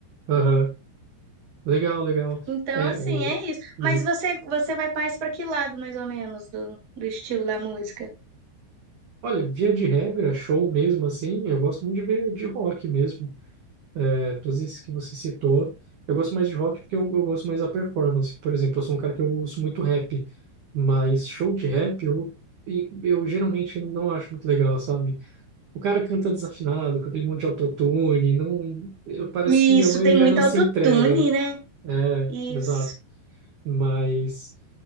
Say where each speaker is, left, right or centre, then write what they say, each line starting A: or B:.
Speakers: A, on the right; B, on the right.
A: Uhum. Legal, legal.
B: Então,
A: É,
B: assim,
A: o...
B: é isso.
A: uhum.
B: Mas você, você vai mais para que lado, mais ou menos, do, do estilo da música?
A: Olha, via de regra, show mesmo assim, eu gosto muito de ver de rock mesmo. É, todos esses que você citou. Eu gosto mais de rock porque eu, eu gosto mais da performance. Por exemplo, eu sou um cara que eu ouço muito rap, mas show de rap eu, e- eu geralmente não acho muito legal, sabe? O cara canta desafinado, com aquele monte de autotune, não, eu- parece
B: Isso,
A: que a maioria
B: tem muito
A: não
B: autotune,
A: se entrega, né?
B: né?
A: É,
B: Isso.
A: exato. Mas